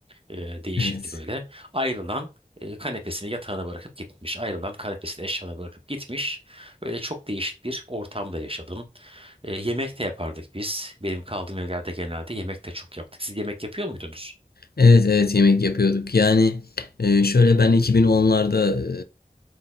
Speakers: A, on the right; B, on the left.
A: Ee, değişikti
B: Evet.
A: böyle. Ayrılan e, kanepesini yatağına bırakıp gitmiş. Ayrılan kanepesini eşyalarına bırakıp gitmiş. Böyle çok değişik bir ortamda yaşadım. Ee, yemek de yapardık biz. Benim kaldığım evlerde genelde yemek de çok yaptık. Siz yemek yapıyor muydunuz?
B: Evet evet yemek yapıyorduk. Yani e, şöyle ben 2010'larda e,